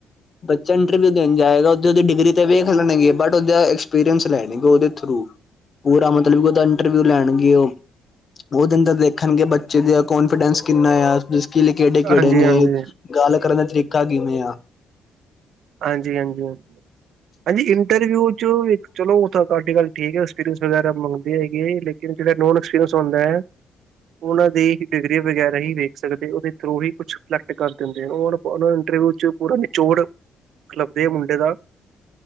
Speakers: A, on the left (about 40°); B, on the right (about 75°).
A: ਬੱਚਾ ਇੰਟਰਵਿਊ ਦੇਣ ਜਾਏਗਾ ਉਹਦੀ ਡਿਗਰੀ ਤੇ ਵੇਖ ਲੈਣਗੇ ਬਟ ਉਹਦਾ ਐਕਸਪੀਰੀਅੰਸ ਲੈਣਗੇ ਉਹਦੇ ਥਰੂ ਪੂਰਾ ਮਤਲਬ ਕਿ ਉਹਦਾ ਇੰਟਰਵਿਊ ਲੈਣਗੇ ਉਹ ਉਹਦੇ ਅੰਦਰ ਦੇਖਣਗੇ ਬੱਚੇ ਦਾ ਕੋਂਨਫੀਡੈਂਸ ਕਿੰਨਾ ਆ ਸਕਿਲ ਕਿਹੜੇ -ਕਿਹੜੇ
B: ਹਾਂਜੀ
A: ਨੇ,
B: ਹਾਂਜੀ
A: ਗੱਲ ਕਰਨ ਦਾ ਤਰੀਕਾ ਕਿਵੇਂ ਆ
B: ਹਾਂਜੀ -ਹਾਂਜੀ ਹ ਹਾਂਜੀ ਇੰਟਰਵਿਊ ਚ ਚਲੋ ਉ ਤੁਹਾਡੀ ਗੱਲ ਠੀਕ ਹੈ ਐਕਸਪੀਰੀਅੰਸ ਵਗੈਰਾ ਹੈਗੇ ਲੇਕਿਨ ਜਿਹੜਾ ਨੋ ਐਕਸਪੀਰੀਅੰਸ ਹੁੰਦਾ ਹੈ ਉਹਨਾਂ ਦੀ ਹੀ ਡਿਗਰੀ ਵਗੈਰਾ ਹੀ ਵੇਖ ਸਕਦੇ ਉਹਦੇ ਥਰੂ ਹੀ ਕੁਛ ਸਿਲੈਕਟ ਕਰ ਦਿੰਦੇ ਉਹ ਉਹ ਇੰਟਰਵਿਊ ਚ ਪੂਰਾ ਨਿਚੋੜ ਲੱਭਦੇ ਆ ਮੁੰਡੇ ਦਾ